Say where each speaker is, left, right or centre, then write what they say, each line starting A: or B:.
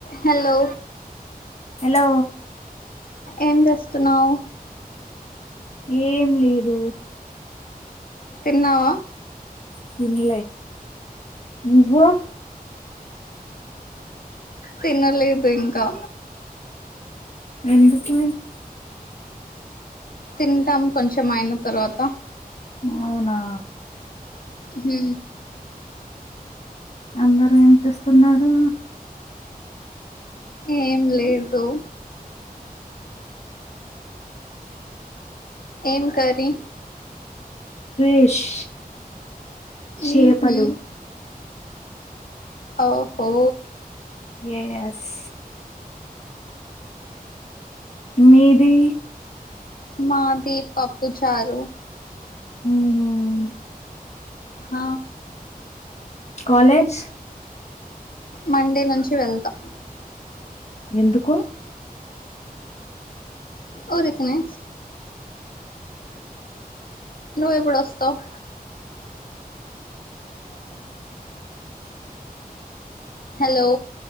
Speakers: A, on the left; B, on the left.
A: Hello
B: hello
A: ఏంచేస్తున్నావ్
B: ఏం లేదు
A: తిన్నావా
B: తిన్లే నువ్వు
A: తినలేదు ఇంకా
B: ఎందుకు
A: తింటాం కొంచెం అయిన తర్వాత
B: అవునా
A: హు
B: అందరు ఏం చేస్తున్నారు
A: ఏం లేదు ఏం కర్రీ
B: ఫిష్ చేపలు
A: ఉహు ఓహో
B: ఏ ఎస్ మీది
A: మాది పప్పు చారు
B: హు ఉ
A: హ
B: కాలేజ్
A: మండే నుంచి వెళ్తా
B: ఎందుకు
A: ఊరికేనే నువ్ ఎప్పుడొస్తావ్ హలో